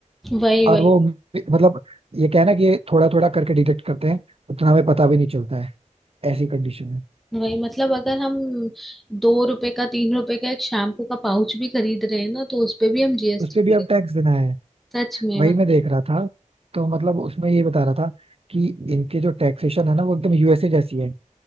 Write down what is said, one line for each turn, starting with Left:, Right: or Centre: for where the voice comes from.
Centre: वही
Right: और
Centre: वही
Right: वो मतलब ये क्या है ना कि ये थोड़ा थोड़ा करके डिटेक्ट करते हैं उतना हमें पता भी नहीं चलता है ऐसी कंडीशन में
Centre: वही मतलब अगर हम दो रुपए का तीन रुपए का एक शैम्पू का पाउच भी खरीद रहे हैं ना तो उस पे भी हम जीएसटी
Right: उस पे भी अब टैक्स देना है
Centre: सच में
Right: वही
Centre: मतलब
Right: मैं देख रहा था तो मतलब उसमें ये बता रहा था कि इनके जो टैक्सेशन है ना वो एकदम यूएसए जैसी है